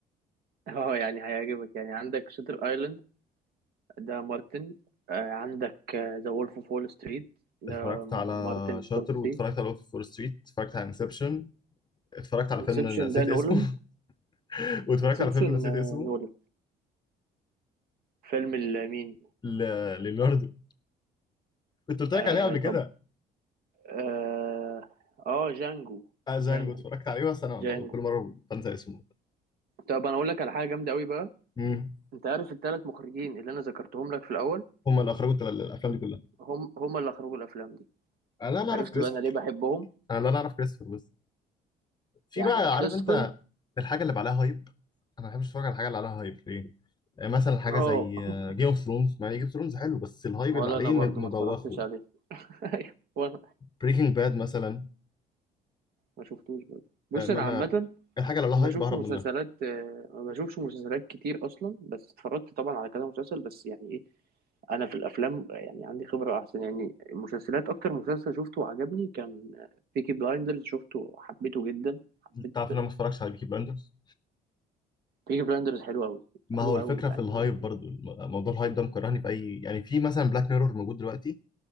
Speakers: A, on the right (about 65°); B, on the left (about 25°).
A: <laughs> اه يعني هيعجبك يعني عندك شاتر ايلاند ده مارتن آه، عندك ذا وولف اوف وول ستريت ده
B: اتفرجت على
A: مارتن سكورسي
B: شاتر واتفرجت على وولف فول ستريت اتفرجت على انسبشن اتفرجت على
A: انسبشن
B: فيلم نسيت
A: ده
B: اسمه
A: نولان
B: <laughs> واتفرجت
A: انسبشن
B: على فيلم نسيت
A: نولان
B: اسمه
A: فيلم ال- مين
B: ل... ليوناردو كنت قلت لك
A: آه
B: عليه قبل كده
A: اه آه، جانجو
B: آه، جانجو
A: جانجو
B: اتفرجت عليه بس انا
A: جانجو
B: ب- كل مره بنسى اسمه
A: طب انا اقول لك على حاجه جامده قوي بقى
B: امم
A: انت عارف الثلاث مخرجين اللي انا ذكرتهم لك في الاول
B: هم اللي اخرجوا التل- الافلام دي كلها
A: هم هم اللي اخرجوا الافلام دي
B: انا لا
A: عرفت
B: اعرف كريستوفر
A: بقى انا ليه بحبهم
B: انا لا اعرف كريستوفر بس في
A: يعني
B: بقى
A: كريستوفر
B: عارف انت الحاجه اللي بقى عليها هايب انا ما بحبش اتفرج على الحاجه اللي عليها هايب ليه مثلا حاجه
A: اه
B: زي
A: <laughs>
B: جيم اوف ثرونز مع ان جيم اوف ثرونز حلو بس الهايب
A: ولا
B: اللي عليه
A: انا برضو
B: م-
A: ما
B: مبوخه
A: اتفرجتش عليه <laughs> ايوه وانا
B: بريكنج باد مثلا
A: ما شفتوش برضو بص
B: آه، ما
A: انا
B: انا
A: عامه
B: الحاجه اللي لها
A: ما بشوفش
B: هايب بهرب
A: مسلسلات
B: منها
A: آه، ما بشوفش مسلسلات كتير اصلا بس اتفرجت طبعا على كذا مسلسل بس يعني ايه انا في الافلام يعني عندي خبره احسن يعني المسلسلات اكتر مسلسل شفته وعجبني كان بيكي بلايندرز شفته حبيته جدا حبيت
B: تعرف ان انا ما اتفرجش على بيكي بلاندرز
A: بيكي بلايندرز حلو قوي
B: ما
A: حلو
B: هو الفكره
A: قوي يعني
B: في الهايب برضو الم- موضوع الهايب ده مكرهني في اي يعني في مثلا بلاك ميرور موجود دلوقتي